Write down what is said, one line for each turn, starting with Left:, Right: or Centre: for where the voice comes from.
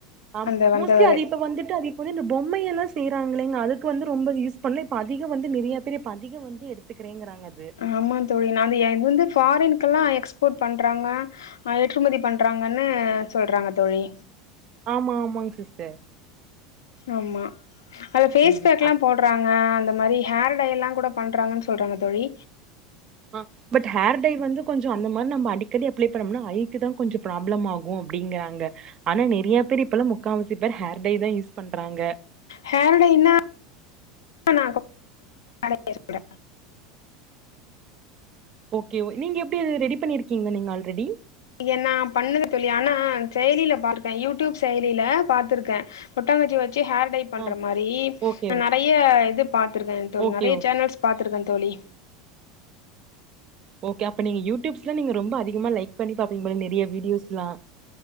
Right: ஆ
Left: அந்த
Right: மோஸ்ட்லி
Left: வந்தவரு
Right: அது இப்ப வந்துட்டு அது வந்து இந்த பொம்மைையெல்லா செய்யறாங்களேங்க அதுக்கு வந்து ரொம்ப யூஸ் பண்ல இப்ப அதிக வந்து நிறைய பேர் அதிக வந்து எடுத் துக்குறேங்குறாங்க அது
Left: ஆமா தோழி நா அது இது வந்து ஃபாரின்கெல்லா எக்ஸ்போர்ட் பண்றாங்க அ ஏற்றுமதி பண்றாங்கன்னு சொல்றாங்க தோழி
Right: ஆமா ஆமாங்க சிஸ்டர்
Left: ஆமா அது ஃபேஸ்
Right: ம்
Left: பேக்லா
Right: ஆ
Left: போட் றாங்க அந்த மாரி ஹேர் டை எல்லா கூட பண்றாங்கன்னு சொல்றாங்க தோழி
Right: ஆ பட் ஹேர் டை வந்து கொஞ்சொ அந்த மாரி நம்ம அடிக்கடி அப்ள பண்ணோம்னா ஐக்கு தா கொஞ்சொ ப்ராப்ளம் ஆகு அப்டிங்குறாங்க ஆனா நெறையா பேர் இப்பெல்லா முக்காவசி பேர் ஹேர் டை தா யூஸ் பண்றாங்க
Left: ஹேர் டைனா நா <inaudible> கேக்குற
Right: ஓகே ஒ நீங்க எப்டி அது ரெடி பண்ணியிருக்கீங்களா நீங்க ஆல்ரெடி
Left: ஏன்னா பண்ணுது தோழி ஆனா செயலில பாத்தே யூடியூப் செயலில பாத்திருக்கே கொட்டங்குச்சி வெச்சு ஹேர் டைப் பண்ற
Right: ஆ
Left: மாரி
Right: ஓகே
Left: நறைய இது பாத்திருக்கே தோழி
Right: ஓகே
Left: நறைய
Right: ஓ
Left: சேனல்ஸ் பாத்திருக்கே தோழி
Right: ஓகே அப்ப நீங்க யூடியூப்ஸ்லா நீங்க ரொம்ப அதிகமா லைக் பண்ணி பாப்பீங்க பொல நறைய வீடியோஸ்லா